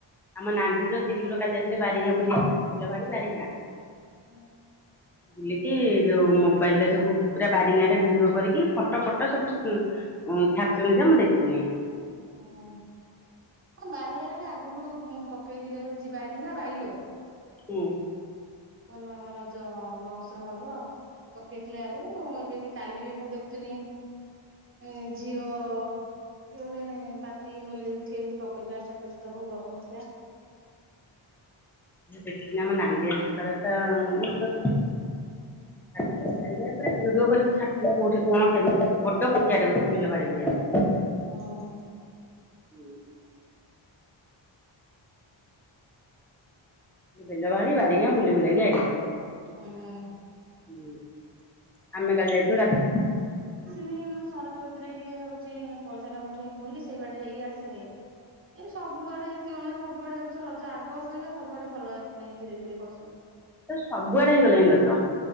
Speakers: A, in the centre; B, on the right (about 25°).
A: ଆମ ନାଣ୍ଡିର ଦିଲ୍ଲୀରୁ କାଲି ଯାଇଥିଲେ ବାରିଙ୍ଗା ବୁଲିବା କୁ ବେଲ ଭାଳି ବାରିଙ୍ଗା।
B: ହୁଁ
A: <inaudible> ବୁଲିକି ଯୋଉ ମୋବାଇଲ ରେ ସବୁ ପୁରା ବାରିଙ୍ଗ ରେ ଭିଡିଓ କରିକି ଫଟୋ ଫଟୋ ସବୁ ହଁ ଛାଡ଼ିଛନ୍ତି ଯେ ମୁଁ ଦେଖିଥିଲି।
B: ହ। ହଁ ବାରିଗାର ବି ଆଗରୁ ପକେଇଲେ ହଉଛି ବାରିଙ୍ଗା ବାଇଲ <unintelligible>
A: ହୁଁ।
B: ଭଲ ରଜ ମହୋତ୍ସବ ହବ। ପକେଇଥିଲେ ଆଗରୁ ଏବେ କାଲି ବି ମୁଁ ଦେଖୁଥିଲି ଏ ଝିଅ କିଏ ପାତି ମ କେମିତି ପକେଇଥିଲା ଟ ସ୍ଟାଟସ ଟା ଭଲ ପଡିଥିଲା।
A: ଦେଖଦିନ ଆମ ନାନ୍ଦୀଆ ସକାଳେ ତ <unintelligible> ଖାଲ ପରେ ଭିଡି କରି ଛାଟିଲ କୋଉଠି କଣ କେମତି ବଡ ପଡିଆ ଟେଛି <unintelligible> <unintelligible>
B: ହଁ
A: ହୁଁ ବିଲବାଡ଼ି ବାରି ବାରିଙ୍ଗ ବୁଲି ବୁଲ ଆଇଲେ
B: ହଁ
A: ହୁଁ ଆମେ କାଲି ଯାଇଥିଲୁ
B: ଁ ମୁଁ ସରତ କତିରେ ଟିକେ ହଉଛି ପଇସାଟା ଉଠେଇମି ବୋଲି ସେଇ ବାଟେ ହେଇକି ଆସିନି। ଏଇ ସବୁଆଡେ ମେ ସବୁଆଡେ ଏବର୍ଷ ରଜ ଆଗ ଅପେଖା ସବୁଆଡେ ଭଲ ହେବ ମାନେ ଧୀରେ ଧୀରେ କରୁଛନ୍ତି।
A: ସବୁଆଡେ ହେଇଗଲାଣି ରଜ।